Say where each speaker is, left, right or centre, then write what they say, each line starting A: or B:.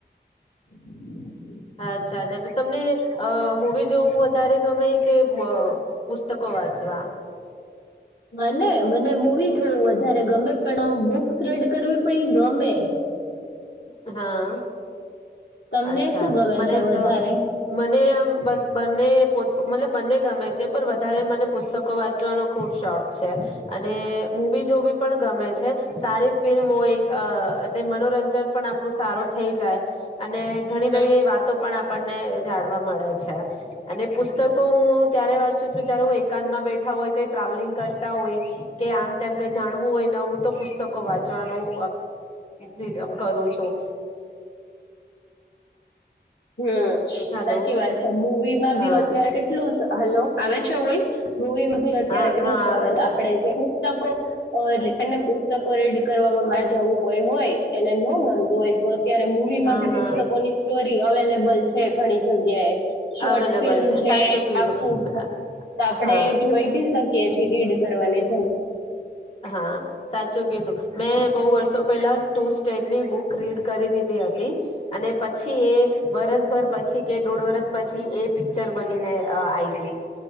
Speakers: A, on the left (about 70°); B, on the left (about 35°).
A: <inaudible>
B: અચ્છા અચ્છા, તો તમને અ મૂવી જોવું વધારે, ગમે કે પુસ્તકો વાંચવા?
A: મને, મને મૂવી જોવા જોવું વધારે ગમે પણ બુક્સ રીડ કરવી પણ એ ગમે
B: હા.
A: તમને
B: અચ્છા,
A: શું ગમે
B: મને
A: છે વધારે
B: તો. મને બંને મ બંને ગમે છે. પણ વધારે મને પુસ્તકો વાંચવાનો ખુબ શોખ છે. અને અને મૂવી જોવી પણ ગમે છે. સારી ફિલ્મ હો એ એટલે મનોરંજન પણ આપણું સારું થઈ જાય. અને ઘણી
A: મને
B: નવીવી વાતો પણ આપ આપણને જાણવા મળે છે, અને પુસ્તકો હું ત્યારે વાંચું છું જય્યારે હું એકાંતમાં બેઠા હોય, કઈ ટ્રાવેલિંગ કરતા હોય કે આમ તેમ કઈ જાણવું હોય નવું તો પુસ્તકો વાંચવાનું પ્રિફર કરું છું.
A: હમ,
B: હલો
A: સાચી વાત છે. મવીમાં
B: હા
A: ભી અત્યારે
B: હા
A: કેટલું, હલો! આવ છે. વોઇસ. મૂવીમાંથી અત્યારે
B: હા
A: કેટલું
B: હા
A: સરસ
B: આવે છે
A: આપણે પુસ્તકો એ પુસ્તકો રીડ કરવામાં જેવું કોઈ હોય એને ન ગમતું હોય, તો ત્યારે મૂવીમાં
B: હા
A: ભી
B: હા
A: પુસ્તકોની સ્ટોરી અવેલેબલ છે, ઘણી જગ્યાએ. શોર્ટ
B: અવેલેબલ
A: ફિલ્મ છે,
B: સાચું કીધું
A: આખું તો આપડે
B: હા
A: જોઈ બી શકીએ ક્યાંથી રીડ કરવાને જ
B: હા સાચું કીધું મેં બહુ વર્ષો પેલા ટુ સ્ટેટની બુક રીડ કરી દીધી હતી. અને પછી એ વરસભર પછી કે દોઢ વરસ પછી એ પિક્ચર બનીને આઈવી.